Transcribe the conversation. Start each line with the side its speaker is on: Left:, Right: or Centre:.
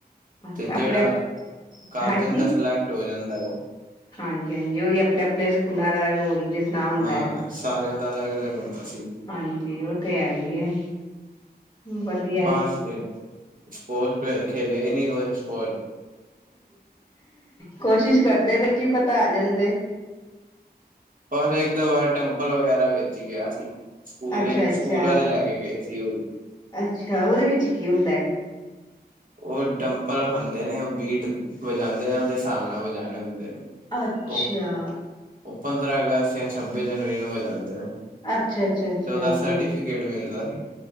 Left: ਅੱਛਾ
Right: ਤੇ
Left: ਆਪਣੇ
Right: ਜਿਹੜਾ ਕਰ
Left: ਹਾਂਜੀ
Right: ਜਾਂਦਾ ਸਿਲੈਕਟ ਹੋ ਜਾਂਦਾ ਵਾ
Left: ਹਾਂਜੀ-ਹਾਂਜੀ ਓਹੀ ਆਪਣੇ ਆਪਣੇ ਸਕੂਲਾਂ ਦਾ ਰੋਲ ਜਿਸ ਨਾਲ ਹੁੰਦਾ
Right: ਹਾਂ
Left: ਹੈ <unintelligible>
Right: ਸਾਰਿਆਂ ਦਾ ਅਲੱਗ ਅਲੱਗ ਹੁੰਦਾ ਸੀ
Left: ਹਾਂਜੀ ਉਹ ਤੇ ਹੈ ਹੀ ਹੈ ਵਧੀਆ
Right: ਬਸ
Left: ਏ
Right: ਫਿਰ ਸਪੋਰਟਸ ਖੇਲਿਆ ਹੀ ਨਹੀ ਕੁ ਸਪੋਰਟ
Left: ਕੋਸ਼ਿਸ਼ ਕਰਦੇ ਤੇ ਕੀ ਪਤਾ ਪੈ ਜਾਂਦੇ
Right: ਬਸ ਇੱਕ ਦੋ ਵਾਰ ਟੈਂਪਲ ਵਗੈਰਾ ਵੇਚ ਗਿਆ ਸੀ ਸਕੂਲ
Left: ਅੱਛਾ ਅੱਛਾ
Right: ਸਕੂਲ ਵਾਲੇ ਲੈ ਕੇ ਗਏ ਸੀ ਉਹ ਵੀ।
Left: ਅੱਛਾ ਉਹਦੇ ਵਿੱਚ ਕੀ ਹੁੰਦਾ
Right: ਉਹ ਡੰਬਲ ਹੁੰਦੇ ਨੇ ਬੀਟ ਵਜਾਦੇ ਨੇ ਉਹਦੇ ਹਿਸਾਬ ਨਾਲ ਵਜਾਣੇ ਹੁੰਦੇ ਨੇ
Left: ਅੱਛਾ
Right: ਉਹ ਉਹ ਪੰਦਰਾਂ ਅਗਸਤ ਜਾਂ ਛੱਬੀ ਜਨਵਰੀ ਨੂੰ ਵੀ ਜਾਂਦੇ ਨੇ
Left: ਅੱਛਾ ਅੱਛਾ ਅੱਛਾ
Right: ਤੇ ਉਹਦਾ
Left: ਹਾਂ
Right: ਸਰਟੀਫਿਕੇਟ ਮਿਲਦਾ ਸੀ।